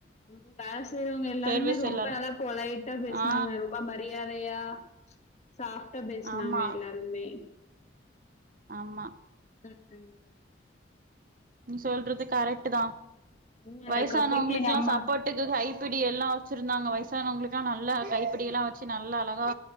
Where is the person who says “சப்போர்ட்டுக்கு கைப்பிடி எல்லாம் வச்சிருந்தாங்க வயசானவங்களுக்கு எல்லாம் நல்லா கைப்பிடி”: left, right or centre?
Right